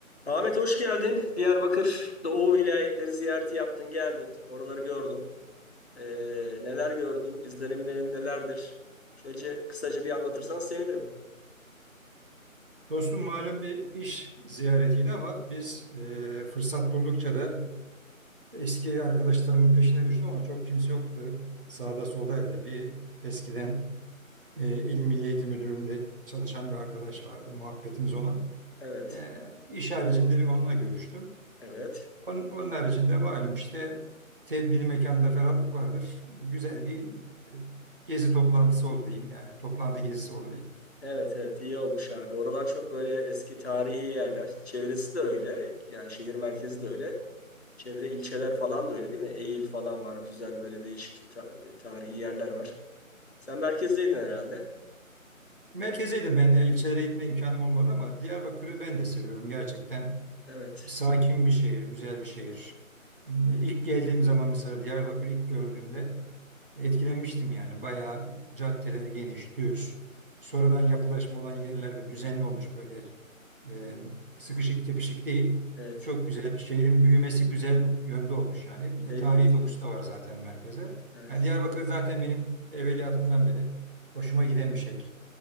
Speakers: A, on the left; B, on the right.
A: Ahmet hoş geldin. Diyarbakır Doğu vilayetleri ziyareti yaptın, geldin. Oraları gördün. Ee, neler gördün? İzlenimlerin nelerdir? Şöyle kısaca bir anlatırsan sevinirim.
B: Dostum malum bir iş ziyaretiydi ama biz e, fırsat buldukça da eski arkadaşlarımın peşine düştüm ama çok kimse yoktu. Sağda soldaydı. Bir eskiden e, İl Milli Eğitim Müdürlüğü'nde çalışan bir arkadaş vardı. Muhabbetimiz ona.
A: Evet,
B: E, iş haricinde bir onunla görüştüm.
A: evet.
B: Onun, onun haricinde malum işte tebdili mekanda ferahlık vardır. Güzel bir e, gezi toplantısı oldu diyeyim yani. Toplantı gezisi oldu diyeyim.
A: Evet, evet. iyi olmuş abi. Oralar çok böyle eski tarihi yerler. Çevresi de öyle. Yani şehir merkezi de öyle. Çevre ilçeler falan da öyle değil mi? Eğil falan var. Güzel böyle değişik ta- tarihi yerler var. Sen merkezdeydin herhalde.
B: Merkezeydim ben. e, ilçelere gitme imkanım olmadı ama Diyarbakır'ı ben de seviyorum gerçekten.
A: Evet,
B: Sakin bir şehir, güzel bir şehir. İlk geldiğim zaman mesela Diyarbakır'ı ilk gördüğümde etkilenmiştim yani. Bayağı caddeler geniş, düz. Sonradan yapılaşma olan yerlerde düzenli olmuş böyle e, sıkışık tepişik değil.
A: evet.
B: Çok güzel bir şehrin büyümesi güzel yönde olmuş yani. E,
A: Şey
B: tarihi
A: diyorsun.
B: dokusu da var zaten merkeze.
A: Evet.
B: Yani Diyarbakır zaten benim evveliyatından beri hoşuma giden bir şehir.